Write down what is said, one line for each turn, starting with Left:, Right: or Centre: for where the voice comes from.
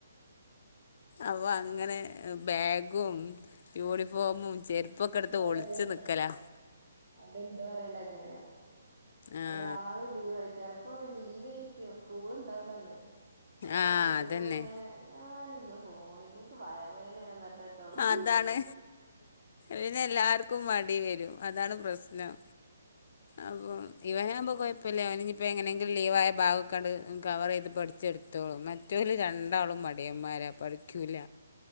Left: അള്ളാ അങ്ങനെ ബാഗും യൂണിഫോമും
Right: അവിടെ
Left: ചെരുപ്പൊക്കെ
Right: ഇന്റെ
Left: എടുത്ത്
Right: പൊരേൽ
Left: ഒളിച്ച്
Right: അങ്ങനെയാ
Left: നിക്കലാ.
Right: അവിടെ എന്തോ പറയലങ്ങനെ.
Left: ആഹ്
Right: ഒരാള് ലീവ് ആരിക്ക ചെലപ്പോ ലീവ് ആരിക്കും സ്കൂള്ണ്ട വൂലാന്ന് അപ്പൊ
Left: ആ
Right: മറ്റർക്കും
Left: അതന്നെ
Right: പിന്നെ ഞാന ഇന്ന് പോണില്ല ഇൻക്ക് വയറ് വേദനയാണന്ന്ട്ട <unintelligible> തൊടങ്ങും.
Left: അതാണ് പിന്നെ എല്ലാർക്കും മടി വരും അതാണ് പ്രശ്നം. അപ്പൊ ഇവനാവുമ്പോ കൊയപുല്ല അവന ഇനിപ്പ എങ്ങനെങ്കിലും ലീവായ ഭാഗൊക്കാണ്ട് കവറെയ്ത് പഠിച്ചെടു ത്തോളും മറ്റവര് രണ്ടാളും മടിയന്മാരാ പഠിക്കൂല.